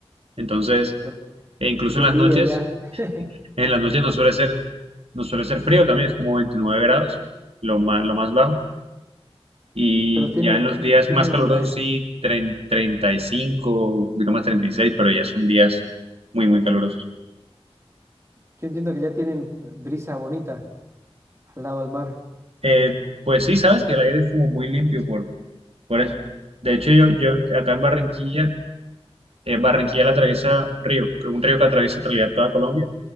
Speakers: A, on the right (about 65°); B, on the right (about 25°).
A: Entonces,
B: Pucha, pero
A: e incluso
B: qué
A: en
B: envidia
A: las noches,
B: ya. <laughs>
A: en las noches no suele ser, no suele ser frío también, es como 29 grados, lo más, lo más bajo. Y
B: Pero tienen,
A: ya en los días
B: tienen,
A: más calurosos
B: eh,
A: sí, tren- 35, un poquito más treinta y seis pero ya son días muy, muy calurosos.
B: yo entiendo que ya tienen brisa bonita al lado del mar.
A: Eh, pues sí, sabes que el aire es como muy limpio por, por eso. De hecho, yo, yo acá en Barranquilla Eh, Barranquilla la atraviesa un río, creo un río que atraviesa en realidad toda Colombia,